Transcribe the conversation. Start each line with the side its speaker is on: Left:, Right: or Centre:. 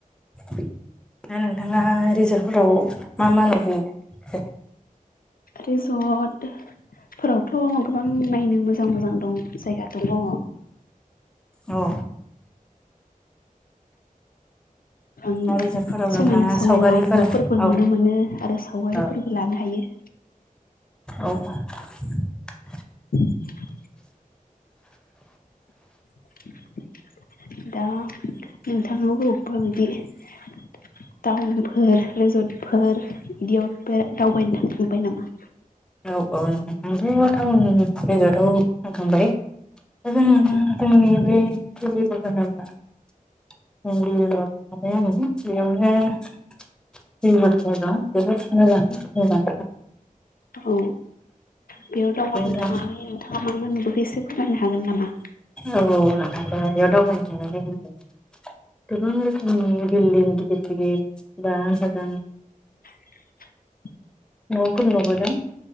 Centre: <inaudible> दा नोंथाङा रिजर्टफोराव मा मा नुबोयो दे
Left: रिजर्ट फोरावथ' गोबां नायनो मोजां मोजां दं जायगा दङ।
Centre: औ
Left: <inaudible>
Centre: दा रिजर्टफोराव
Left: समायना
Centre: नोंथाङा
Left: समायना
Centre: सावगारिफोर
Left: न'फोरबो
Centre: औ
Left: नुनो मोनो आरो सावगारिफोरबो
Centre: औ
Left: लानो हायो।
Centre: <inaudible>
Left: <inaudible> <inaudible> दा नोंथां बबेयाव बिदि <unintelligible> टाउनफोर रिजर्टफोर बिदियाव दावबायनो थांखांबाय नामा?
Centre: औ औ नोंथां' टाउन रिजर्टयाव थांखांबाय। जों
Left: औ
Centre: जोंनि बे <unintelligible> <unintelligible> रिजर्ट मानि बेयावनो रिजर्टफोरा जोबोद मोजां मोजां।
Left: औ बेयाव दावबायनो
Centre: दा
Left: थांनायाव नोंथाङा मा मा नुबोखो एसे फोरमायनो हागोन नामा?
Centre: औ नोंथां बेयाव दावबायनो थांनानै गोबां रोखोमनि बिल्डिं गिदिर गिदिर बा बागान
Left: <inaudible>
Centre: न'फोर नुबोदों।